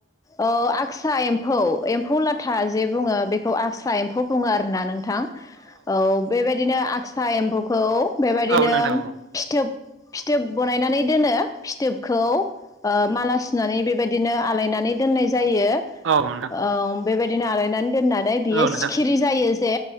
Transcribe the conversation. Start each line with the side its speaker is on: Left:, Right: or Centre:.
Left: औ आक्साया एम्फौ एम्फौ लाथा जे बुङो बेखौ आकसा एम्फौ बुङो आरोना नों थां औ बेबायदिनो आक्सा एम्फौखौ बेबायदिनो
Right: औ नोंथां औ
Left: फिथोब फिथोब बनायनानै दोनो। फिथोबखौ मालासुनानै बेबायदिनो आलायनानै दोन्नाय जायो।
Right: औ नोंथां
Left: ओ बेबायदिनो आलायनानै दोन्नानै बेयो
Right: औ नोंथां
Left: सिखिरि जायो जे